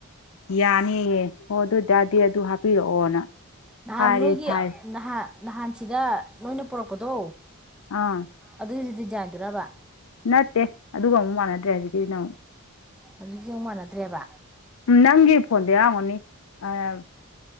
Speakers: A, on the left; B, in the centre.
A: ꯌꯥꯅꯤꯌꯦ ꯑꯣ ꯑꯗꯨ ꯑꯣꯏꯇꯥꯗꯤ ꯑꯗꯨ ꯍꯥꯞꯄꯤꯔꯛꯑꯣꯅ
B: ꯅꯍꯥꯟ
A: ꯍꯥꯏꯔꯦ
B: ꯅꯣꯏꯒꯤ
A: ꯁꯥꯏꯖ
B: ꯅꯍꯥꯟ ꯅꯍꯥꯟꯁꯤꯗ ꯅꯣꯏꯅ ꯄꯨꯔꯛꯄꯗꯣ
A: ꯑꯥ
B: ꯑꯗꯨꯏꯗꯨꯗꯤ ꯗꯤꯖꯥꯏꯟꯗꯨꯔꯕ
A: ꯅꯠꯇꯦ ꯑꯗꯨꯒ ꯑꯃꯨꯛ ꯃꯥꯟꯅꯗ꯭ꯔꯦ ꯍꯧꯖꯤꯛꯀꯤꯁꯤ ꯅ ꯑꯃꯨꯛ
B: ꯍꯧꯖꯤꯛꯁꯦ ꯑꯃꯨꯛ ꯃꯥꯟꯅꯗ꯭ꯔꯦꯕ
A: ꯅꯪꯒꯤ ꯐꯣꯟꯗ ꯌꯥꯎꯔꯝꯒꯅꯤ ꯑꯥ